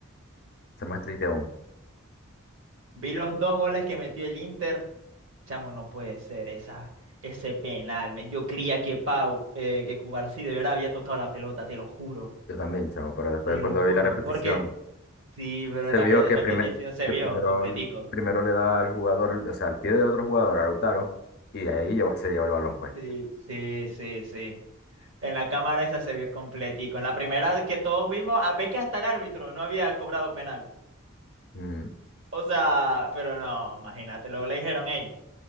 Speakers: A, on the left; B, on the right.
A: Eso Es más triste aún.
B: Vi los dos goles que metió el Inter Chamo, no puede ser esa, ese penal, men. Yo creía que Pau, eh, que Cubarsí de verdad había tocado la pelota, te lo juro,
A: Yo también, chamo, pero después
B: te
A: cuando
B: lo juro.
A: vi la repetición,
B: Porque sí, pero en
A: se
B: la
A: vio
B: pre-
A: que,
B: repetición
A: primer,
B: se
A: que
B: vio
A: primero,
B: completico.
A: primero le da al jugador, o sea, al pie de otro jugador, a Lautaro, y ahí lleva- se lleva el balón, pues.
B: Sí, sí, sí, sí. En la cámara esa se vio completico. En la primera que todos vimos, a ver que hasta el árbitro no había cobrado penal.
A: Ujú.
B: O sea, pero no, imagínate, luego le dijeron, hey,